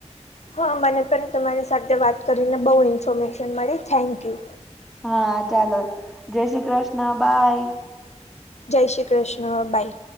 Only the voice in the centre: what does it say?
હા, ચાલો જય શ્રી કૃષ્ણ બાય.